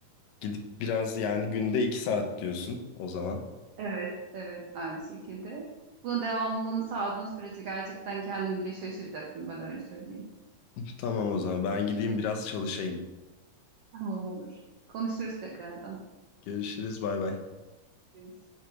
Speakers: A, on the left; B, on the right.
A: gidip biraz yani günde iki saat diyorsun o zaman.
B: Evet, evet aynı şekilde. Buna devamlılığını sağladığın sürece gerçekten kendin bile şaşıracaksın ben öyle söyleyeyim.
A: Tamam o zaman ben gideyim biraz çalışayım.
B: Tamam olur. Konuşuruz tekrardan.
A: Görüşürüz bay bay.
B: Görüşürüz.